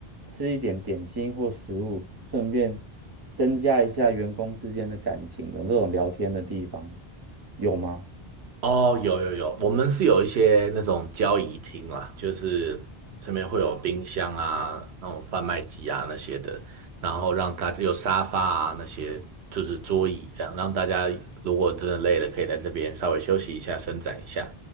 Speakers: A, on the right (about 25°); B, on the right (about 90°).
A: 吃一点点心或食物，顺便增加一下员工之间的感情，有这种聊天的地方，有吗？
B: 哦，有有有，我们是有一些那种交易厅啦，就是上面会有冰箱啊、那种贩卖机啊那些的，然后让大家有沙发啊那些，就是桌椅这样，让大家如果真的累了，可以在这边稍微休息一下、伸展一下。